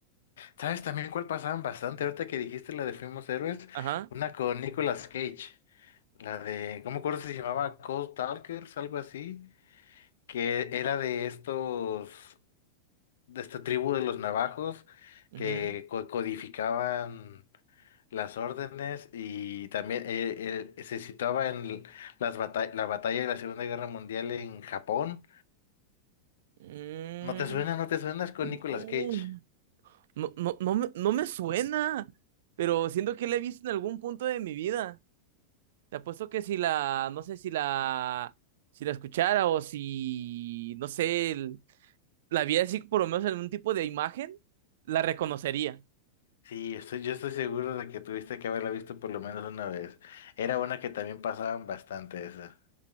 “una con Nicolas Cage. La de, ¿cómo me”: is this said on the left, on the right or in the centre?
Left